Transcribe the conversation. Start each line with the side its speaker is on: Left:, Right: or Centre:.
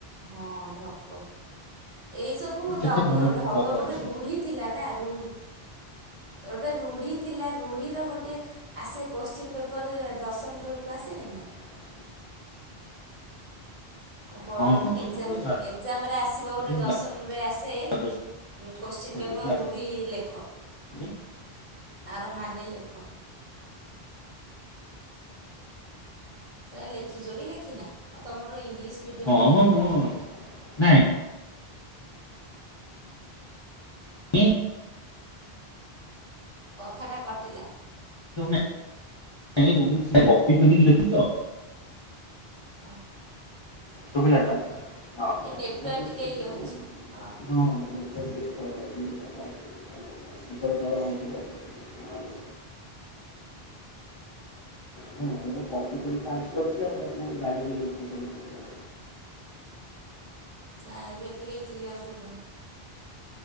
Right: ହଁ ଢ଼ଗ। ଏଇ ସବୁ
Left: କେତେ
Right: ଡଗ
Left: ଭଲ ଭଲ
Right: ଢଗ
Left: ବାଗ
Right: ଗୋଟେ
Left: ଅଛି
Right: ରୁଢି ଥିଲା ନା ରୁଢି। ଗୋଟେ ରୁଢି ଥିଲା ରୁଢିର ଗୋଟେ ଆସେ କୋସଚିନ୍ ପେପର ଦଶମ ବେଳକୁ ଆସେନି।
Left: <inaudible>
Right: ନା ଆ ପ
Left: ହଁ ହଁ ଦଶମ
Right: ଏକଜାମରେ
Left: ବେଳକୁ
Right: ଏକଜାମରେ ଆସିବ
Left: ଆସିଛି
Right: ଗୋଟେ ଦଶମରେ ଆସେ
Left: ଦ୍ୱାଦଶ
Right: କୋସଚିନ୍। ପେପର୍
Left: ବେଳକୁ
Right: ରୂଢ଼ି ଲେଖ ଲେଖ
Left: ଆସିଛି
Right: ଆର ମାନେ ଲେଖ। ସେଇରା ଲେଖିଛ କି ଲେଖିନା ଆଉ ତମର ଇଂଲିଶ। ମିଡ଼ିୟମ୍
Left: ହଁ
Right: ବୋଧେ
Left: ମ
Right: ଥିବ
Left: ମୁଁ। ନାଇଁ ନାଇଁ,
Right: କଥାଟା କଟିଲା।
Left: ନାହିଁ ରୂଡ଼ି ଥିବ କପି କରି ଲେଖିଚି ତ।
Right: ଅ।
Left: ଶୁଭିଲା ତ ହଁ ମୁଁ
Right: ଏ ନେଟୱାର୍କ
Left: କହିଲି
Right: ଟିକେ
Left: ଏ ଯୋଉ
Right: ଇଏ ହେଉଛି ହଁ
Left: ମୁଁ ହଁ। <inaudible> ଉପର ତଳ ହଉଥିବ ଆଉ। ହଁ ମୁଁ କପିକରି ପାସ କରିଛି ଆଉ ମୁଁ କୋଉଠୁ ଜାଣିନି ଏତେ କଥା।
Right: ନା ଏବେ ଟିକେ କ୍ଲିଅର ଶୁଭୁନି।